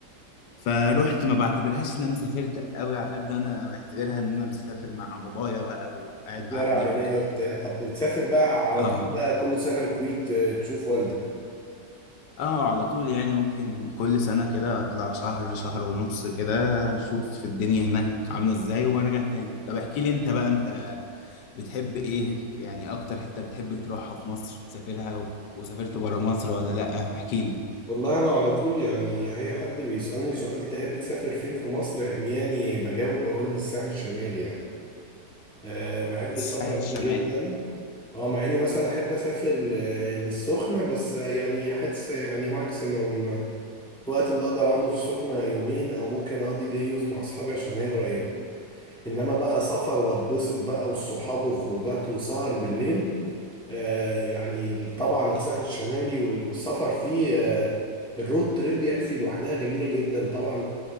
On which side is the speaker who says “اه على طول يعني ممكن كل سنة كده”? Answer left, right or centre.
Left